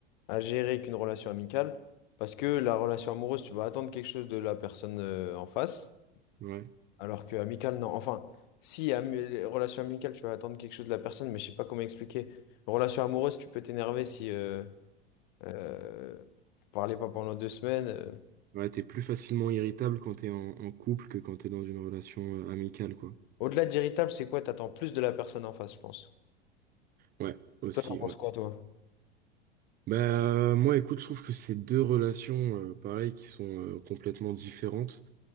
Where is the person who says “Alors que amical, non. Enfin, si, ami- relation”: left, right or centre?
Left